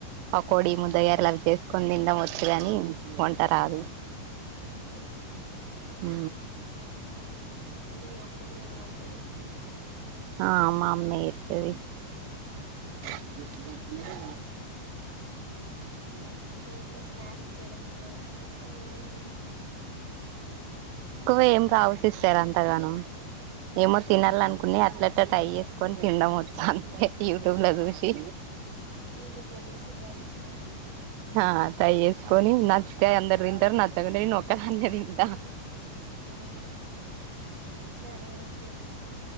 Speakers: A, on the right; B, on the right.
A: పకోడి ముద్దగారలావి చేసుకొని తిండం వచ్చ కాని వంట రాదు
B: అవును
A: అ
B: మీరు అమ్మనే వంట చేస్తుారా
A: ఆ అమ్మ అమ్మే ఎయిత్తది గురా రా
B: ఇంకా స్నాక్స్ చేయడం ఇట్లా వచ్చా ఇంకా వేరే ఏమైనా
A: కో ఏం కావాల్సి ఇస్తారు అంతగానం ఏమో తినాల అనుకుని అట్లట్లా ట్రై చేసుకొని తినండ వచ్చా అంతే ఇ తుమ్ ల రుషి
B: యూట్యూబ్ ల చూ సి టై చేస్తారా
A: ఆ తై చేేసుకొని నచ్చితే అందరు తింటారు నచ్చకుండాొక్కదన్న తింటా
B: అవునా సరే ఓకే